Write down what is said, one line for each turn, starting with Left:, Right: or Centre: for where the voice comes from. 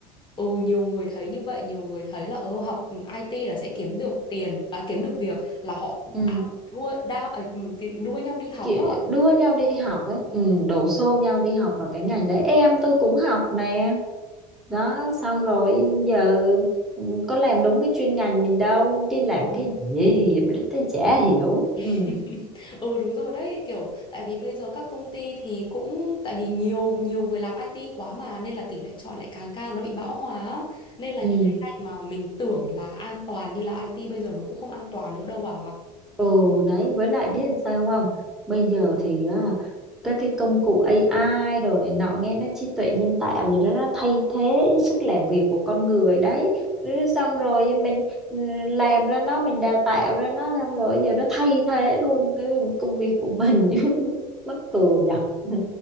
Left: ừ nhiều người thấy như vậy nhiều người thấy là ờ học IT là sẽ kiếm được tiền à, kiếm được việc là họ
Centre: ừ
Left: ao thua đao ấy, ừ, cái- đua nhau đi học
Centre: kiểu
Left: á
Centre: đua nhau đi học ấy ừ, đổ xô nhau đi học vào cái ngành đấy em tôi cũng học nè đó xong rồi
Left: Ừ.
Centre: giờ ừ, có làm đúng cái chuyên ngành mình đâu đi làm
Left: Ừ.
Centre: cái gì tôi chả hiểu ừ
Left: <laughs> Ừ đúng rồi đấy kiểu tại vì bây giờ các công ty thì cũng tại vì nhiều nhiều người làm IT quá mà nên là tỷ lệ chọi lại càng cao nó bị bão hòa á. nên là
Centre: ừ
Left: những cái ngành mà mình tưởng là an toàn như là IT bây giờ nó cũng không an toàn nữa đâu à
Centre: Ừ đấy với lại biết sao không bây giờ thì á, các cái công cụ AI đồ này nọ nghe nó trí tuệ nhân tạo gì đó nó thay thế sức làm việc của con người đấy Ừ, xong rồi mình ừ, làm ra nó mình đào tạo ra nó xong rồi giờ nó thay thế luôn cái công việc của mình <laughs> mắc cười nhở <laughs>